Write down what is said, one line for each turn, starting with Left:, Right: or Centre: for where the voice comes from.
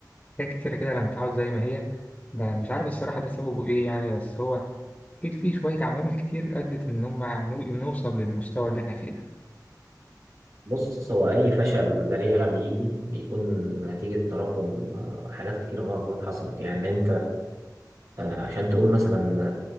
Left: حاجات كتيرة كده لما تقعد زي ما هي ب- مش عارف الصراحة ده سببه إيه يعني بس هو أكيد في شوية عوامل كتير أدت إن هما نو- نوصل للمستوى اللي إحنا فيه ده
Right: بص هو أي فشل ذريع بيجي بيكون نتيجة تراكم آه، حاجات كتير غلط حصلت يعني أنت آه، عشان تقول مثلا